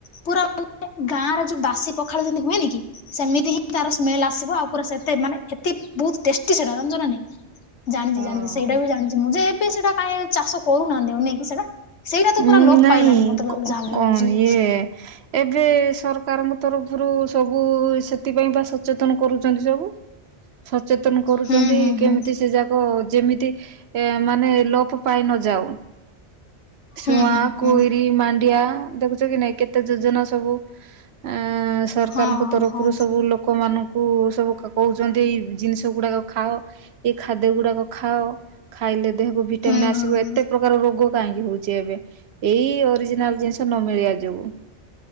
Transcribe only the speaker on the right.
ହଁ।
ନାଇଁ
କଣ
ଇଏ ଏବେ ସରକାରଙ୍କ ତରଫରୁ ସବୁ ଏ ସେଥିପାଇଁ ପା ସଚେତନ କରୁଚନ୍ତି ସବୁ। ସଚେତନ କରୁଚନ୍ତି,
କେମିତି ସେ ଯାକ ଯେମିତି ଏ ମାନେ ଲୋପ ପାଇ ନ ଯାଉ। ଶୁଆଁ,
କୁଇରି,
ମାଣ୍ଡିଆ, ଦେଖୁଚ କି ନାଇଁ କେତେ ଯୋଜନା ସବୁ। ଏଁ, ସରକାରଙ୍କ
ତରଫରୁ
ସବୁ ଲୋକମାନଙ୍କ କୁ ସବୁ ଖ, କହୁଚନ୍ତି ଏଇ ଜିନିଷ ଗୁଡ଼ାକ ଖାଅ। ଏଇ ଖାଦ୍ୟ ଗୁଡାକ ଖାଅ, ଖାଇଲେ ଦେହକୁ ଭିଟାମିନ୍
ଆସିବ।
ଏତେ ପ୍ରକାର ରୋଗ କାହିଁକି ହଉ ଚି ଏବେ, ଏଇ ଅରିଜିନାଲ୍ ଜିନିଷ ନ ମିଳିବା ଯୋଗୁ।